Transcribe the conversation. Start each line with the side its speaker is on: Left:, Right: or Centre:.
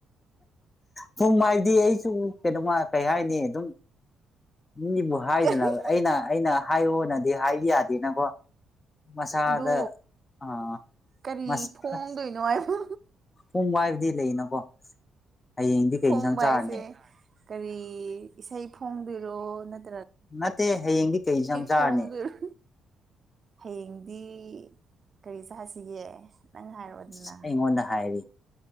Left: ꯊꯨꯝ ꯍꯥꯏꯗꯤ ꯑꯩꯁꯨ ꯀꯩꯅꯣꯃ ꯀꯩ ꯍꯥꯏꯅꯤ ꯑꯗꯨꯝ ꯃꯤꯕꯨ ꯍꯥꯏꯗꯅ
Right: ꯀꯔꯤ
Left: ꯑꯩꯅ ꯑꯩꯅ ꯍꯥꯏꯌꯣꯅꯗꯤ ꯍꯥꯏꯗꯤ ꯌꯥꯗꯦꯅꯀꯣ ꯃꯁꯥꯗ
Right: ꯑꯗꯨ
Left: ꯑꯥ
Right: ꯀꯔꯤ
Left: ꯃꯁ
Right: ꯐꯣꯡꯗꯣꯏꯅꯣ ꯍꯥꯏꯕ
Left: ꯄꯨꯡ ꯋꯥꯏꯕꯗꯤ ꯂꯩꯅꯀꯣ ꯍꯌꯦꯡꯗꯤ ꯀꯩ
Right: ꯊꫭꯡꯕ
Left: ꯏꯟꯁꯥꯡ ꯆꯥꯔꯅꯤ
Right: ꯍꯥꯏꯁꯦ ꯀꯔꯤ ꯏꯁꯩ ꯐꯣꯡꯗꯣꯏꯔꯣ ꯅꯠ
Left: ꯅꯠꯇꯦ ꯍꯌꯦꯡꯗꯤ ꯀꯩ ꯖꯥꯟ ꯆꯥꯔꯅꯤ
Right: ꯐꯣꯡꯗꯣꯏꯔꯣ ꯍꯌꯦꯡꯗꯤ ꯀꯔꯤ ꯆꯥꯁꯤꯒꯦ ꯅꯪ ꯍꯥꯏꯔꯛꯑꯣꯗꯅ
Left: ꯏꯁ ꯑꯩꯉꯣꯟꯗ ꯍꯥꯏꯔꯤ